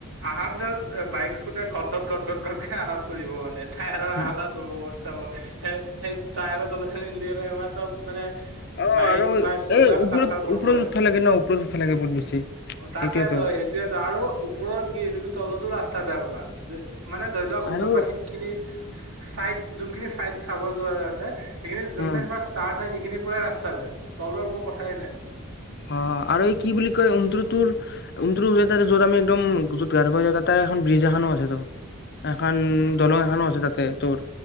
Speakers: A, on the right; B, on the left.
A: আহাৰ পিছত বাইক স্কুটিয়ে ঘট ঘট ঘট ঘট ঘট আৱাজ কৰিব মানে <unintelligible>
B: হুম।
A: তাব সে সেই তায়াৰ তলখিনি <unintelligible> সব মানে
B: অ
A: বাইক
B: আৰু
A: বা স্কুটি
B: এই
A: হক
B: ওপৰত
A: কাৰ কাৰ কৰিবই
B: ওপৰত উঠবা লাগে ন ওপৰত উঠবা লাগে বহুত বেছি
A: তাকে
B: সেইটোয়েতো
A: তই সেইটোয়ে ত আৰু ওপৰত কি তুমি তলতো ৰাস্ বেয়া বাবা যে। মানে ধৰি লোৱা। অনটোৰ
B: আৰু
A: পৰা সেইখিনি। ছাইড যোনখিনি চাইড। চাব যোৱা যে আছে। সেইখিনি যোনখিনি
B: অ
A: পা ষ্টাৰ্ট সেইখিনি পৰাই ৰাস্তা বেয়া, তলৰ ওপৰ কথাই নাই।
B: অ আৰু এই কি বুলি কয়, উমত্ৰ তোৰ উমত্ৰ ৱেদাৰ য'ত আমি আমি একদম য'ত গা ধুব জাগা তাৰ এখন ব্ৰিজ এখনো আছে ত। এখন
A: উম
B: দলং এখনো আছে তাত। তে তোৰ।